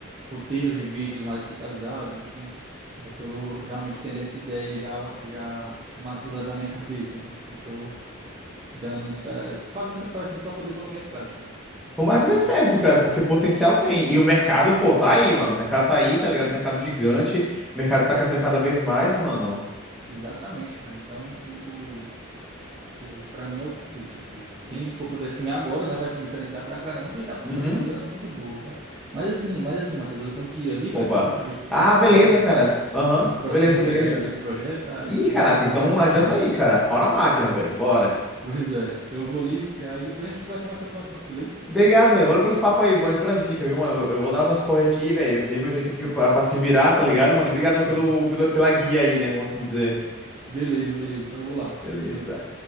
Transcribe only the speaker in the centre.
Tomara
que dê certo, cara, porque potencial tem. E o mercado, pô, tá aí, mano. O mercado tá aí,
tá ligado? Mercado gigante. O mercado tá crescendo cada vez mais, mano.
Uhum.
Opa.
Ah,
beleza, cara. Aham.
Beleza,
beleza.
Ih,
caraca,
então
adianta
aí, cara. Pau na máquina, velho. Bora.
Obrigado, velho. Valeu pelos papos aí, valeu pelas dicas, viu, mano? Eu, eu vou dar meus corre aqui, velho. Ver meu jeito aqui pra, pra se virar, tá ligado, mano? E brigadão pelo,
pelo, pela guia aí, né, vamos assim dizer.
Beleza.